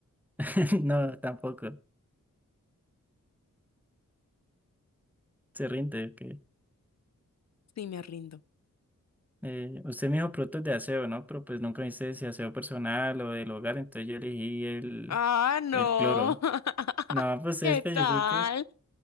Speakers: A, in the centre; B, on the left (about 55°).
A: <laughs> no, tampoco. Se rinde, que
B: Sí, me rindo.
A: eh, usted me dijo productos de aseo, ¿no? Pero pues nunca me dice si aseo personal o del hogar, entonces yo elegí el,
B: Ah, no.
A: el cloro.
B: <laughs>
A: No, pues se
B: ¿Qué
A: especifique.
B: tal?